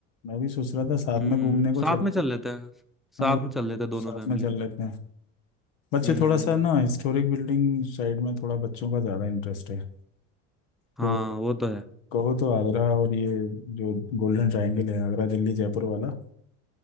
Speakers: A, on the left; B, in the centre.
A: मैं भी सोच रहा था साथ
B: हम्म
A: में घूमने को
B: साथ
A: चलते
B: में चल
A: हैं
B: लेते हैं साथ
A: हाँ भाई
B: में चल लेते हैं दोनों
A: साथ
B: फैमिली
A: में चल लेते हैं बच्चे
B: हम्म
A: थोड़ा सा ना हिस्टोरिक बिल्डिंग साइड में थोड़ा बच्चों का ज़्यादा इंटरेस्ट है
B: हाँ
A: तो
B: वो तो है
A: कहो तो आगरा और ये जो गोल्डन ट्रायंगल है आगरा दिल्ली जयपुर वाला